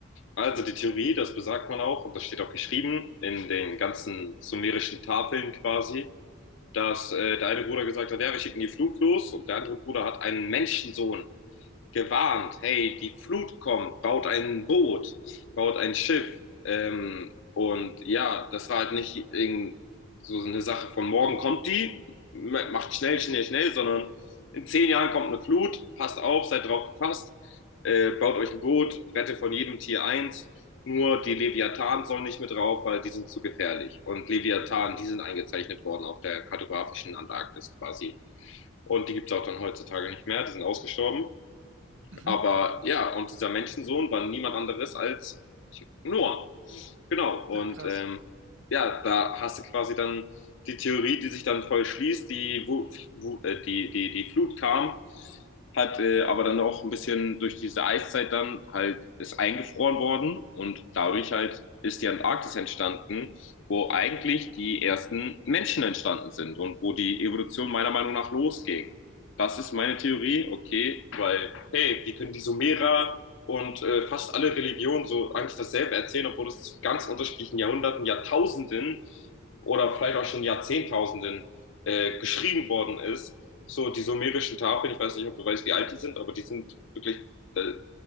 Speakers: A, on the left; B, on the right.
A: Also die Theorie, das besagt man auch, und das steht auch geschrieben in den ganzen sumerischen Tafeln quasi, dass äh, der eine Bruder gesagt hat, ja, wir schicken die Flut los und der andere Bruder hat einen Menschensohn gewarnt, hey, die Flut kommt, baut ein Boot, baut ein Schiff. Ähm, und ja, das war halt nicht so eine Sache von morgen kommt die, macht schnell, schnell, schnell, sondern in zehn Jahren kommt eine Flut, passt auf, seid drauf gefasst, äh, baut euch ein Boot, rette von jedem Tier eins. Nur die Leviathan sollen nicht mit drauf, weil die sind zu gefährlich. Und Leviathan, die sind eingezeichnet worden auf der kartografischen Antarktis quasi. Und die gibt es auch dann heutzutage nicht mehr, die sind ausgestorben
B: Mhm.
A: aber ja, und dieser Menschensohn war niemand anderes als Noah. Genau. Und
B: Ach, krass.
A: ähm, ja, da hast du quasi dann die Theorie, die sich dann voll schließt, die, wo, wo, äh, die, die, die Flut kam, hat äh, aber dann auch ein bisschen durch diese Eiszeit dann halt ist eingefroren worden und dadurch halt ist die Antarktis entstanden, wo eigentlich die ersten Menschen entstanden sind und wo die Evolution meiner Meinung nach losging. Das ist meine Theorie, okay, weil, hey, wie können die Sumerer und äh, fast alle Religionen so eigentlich dasselbe erzählen, obwohl es zu ganz unterschiedlichen Jahrhunderten, Jahrtausenden oder vielleicht auch schon Jahrzehntausenden äh, geschrieben worden ist. So, die sumerischen Tafeln, ich weiß nicht, ob du weißt, wie alt die sind, aber die sind wirklich äh,